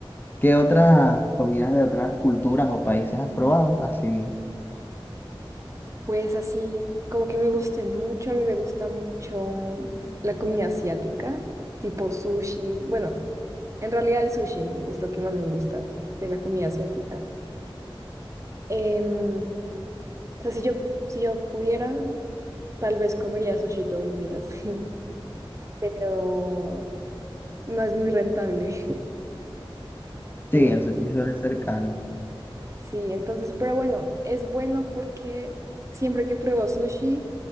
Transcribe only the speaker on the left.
¿Qué otras comidas de otras culturas o países has probado? Así,
sí, el sushi
suele ser caro.